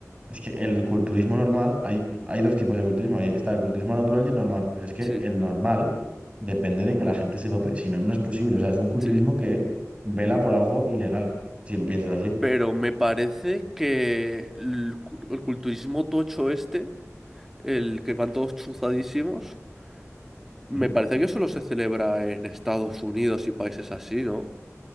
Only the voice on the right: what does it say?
Es que el culturismo normal, hay, hay dos tipos de culturismo. Ahí está el culturismo natural y el normal. Pues es que
el normal depende de que la gente se dope, si no, no es posible. O sea, es un culturismo
que vela por algo ilegal, si lo piensas así.
Sí.